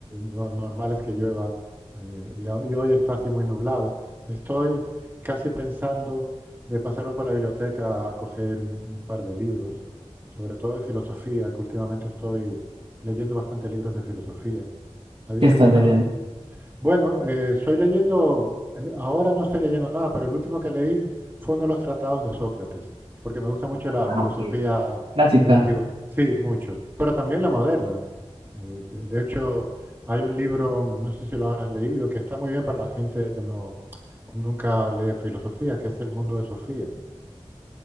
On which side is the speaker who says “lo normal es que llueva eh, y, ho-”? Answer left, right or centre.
Right